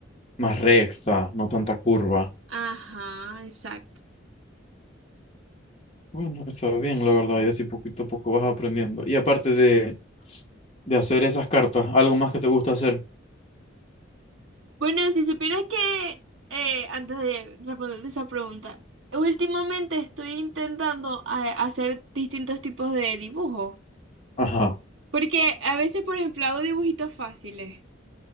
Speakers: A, on the left; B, on the right.
A: más recta, no tanta curva.
B: Ajá, exacto.
A: Bueno, está bien, la verdad, y así poquito a poco vas aprendiendo. Y aparte de, de hacer esas cartas, algo más que te gusta hacer.
B: Bueno, si supieras que, eh, antes de responderte esa pregunta, últimamente estoy intentando a- hacer distintos tipos de dibujos,
A: Ajá.
B: porque a veces, por ejemplo, hago dibujitos fáciles